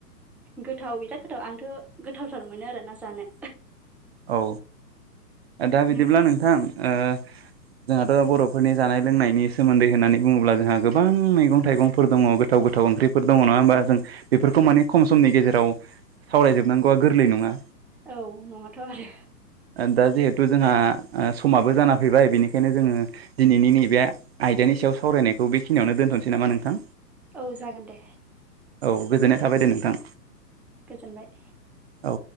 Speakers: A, in the centre; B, on the right (about 40°).
A: गोथाव बिराद गोथाव आंथ' गोथावथार मोनो आरोना जानो।
B: औ। दा बिदिब्ला
A: नों
B: नोंथां जोंहाथ' बर' फोरनि जानाय लोंनायनि सोमोन्दै होननानै बुङोब्ला जोंहा गोबां मैगं थाइगंफोर दङ गोाव गोथाव ओंख्रिफोर दङ नामा? नङा होमबा जों बेफोरखौ माने खम समनि गेजेराव सावरायजोबनांगौआ गोरलै नङा‌।
A: औ नङाथ' आरो
B: दा जिहेथु जोंहा समाबो जाना फैबाय बेनिखायनो जोङो दिनैनि नैबे आयदानि सायाव सावरायनायखौ बे खिनियावनो दोनथ'नोसै नामा नोंथां
A: औ जागोन दे
B: औ गोजोननाय थाबाय दे नोंथां।
A: गोजोनबाय
B: द